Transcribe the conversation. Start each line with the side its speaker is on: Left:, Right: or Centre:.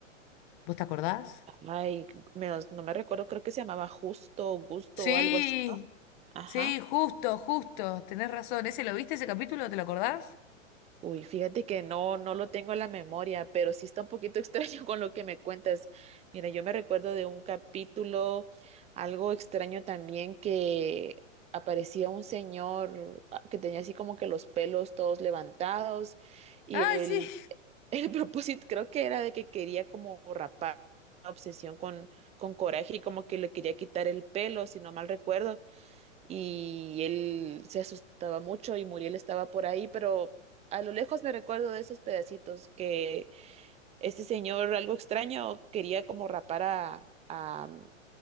Left: ¿Vos te acordás?
Right: Ay, menos, no me recuerdo, creo que se llamaba Justo o Gusto
Left: Sí,
Right: o algo así, ¿no? Ajá.
Left: sí, justo, justo, tenés razón. ¿Ese lo viste, ese capítulo? ¿Te lo acordás?
Right: Uy, fíjate que no, no lo tengo en la memoria, pero sí está un poquito <laughs> extraño con lo que me cuentas. Mira, yo me recuerdo de un capítulo, algo extraño también, que aparecía un señor ah, que tenía así como que los pelos todos levantados y
Left: Ay,
Right: el,
Left: sí.
Right: <laughs> el propósito creo que era de que quería como rapar, una obsesión con, con coraje y como que le quería quitar el pelo, si no mal recuerdo y él se asustaba mucho y Muriel estaba por ahí, pero a lo lejos me recuerdo de esos pedacitos que este señor, algo extraño, quería como rapar a, a,